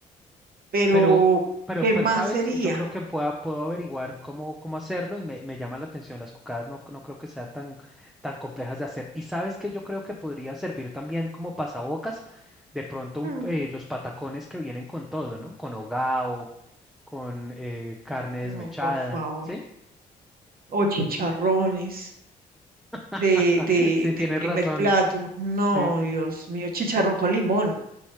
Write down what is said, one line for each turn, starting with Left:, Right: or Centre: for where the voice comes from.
Right: Pero,
Centre: Pero, pero,
Right: ¿qué
Centre: pero,
Right: más
Centre: ¿sabes?
Right: sería?
Centre: Yo creo que pueda, puedo averiguar cómo, cómo hacerlo y me, me llama la atención. Las cocadas no, no creo que sean tan, tan complejas de hacer. Y sabes que yo creo que podría servir también como pasabocas, de pronto un-
Right: Mm,
Centre: eh, los patacones que vienen con todo, ¿no? Con hogao, con eh, carne
Right: no,
Centre: desmechada,
Right: por favor.
Centre: ¿sí?
Right: o chicharrones
Centre: <laughs>
Right: de, de,
Centre: Sí, tienes
Right: de primer
Centre: razón,
Right: plato.
Centre: eso.
Right: No,
Centre: sí.
Right: Dios mío, chicharrón con limón,